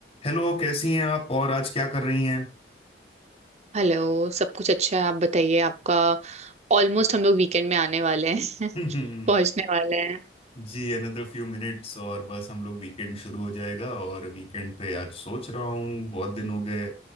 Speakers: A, on the left (about 35°); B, on the right (about 40°).
A: Hello कैसी हैं आप और आज क्या कर रही हैं
B: Hello सब कुछ अच्छा है आप बताइए आपका ऑलमोस्ट हम लोग वीकेंड में आने वाले हैं
A: <laughs>
B: <laughs> पहुंचने वाले हैं
A: जी अनदर फ्यू मिनट्स और बस हम लोग वीकेंड शुरू हो जाएगा और वीकेंड पे आज सोच रहा हूँ बहुत दिन हो गए